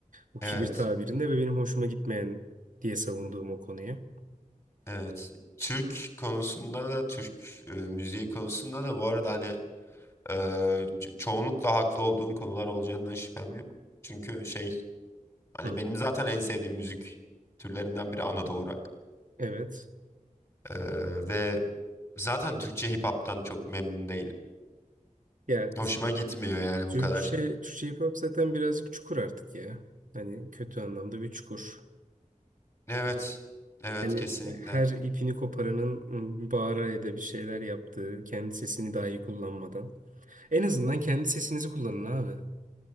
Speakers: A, on the right; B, on the left.
A: O
B: Evet,
A: kibir tabirinde ve benim hoşuma gitmeyen diye savunduğum o konuya.
B: evet. Türk konusunda da Türk e, müziği konusunda da bu arada hani e, ço- çoğunlukla haklı olduğum konular olacağından şüphem yok. Çünkü şey hani
A: Hı.
B: benim zaten en sevdiğim müzik türlerinden biri Anadolu rock.
A: Evet.
B: Ee, ve zaten Türkçe hip hop'tan çok memnun değilim.
A: Ya
B: Hoşuma gitmiyor yani
A: Türkçe,
B: bu kadar.
A: Türkçe hip hop zaten birazcık çukur artık ya. Hani kötü anlamda bir çukur.
B: Evet, evet
A: Yani
B: kesinlikle.
A: her ipini koparanın ım, bağıra ya da bir şeyler yaptığı, kendi sesini dahi kullanmadan. En azından kendi sesinizi kullanın abi.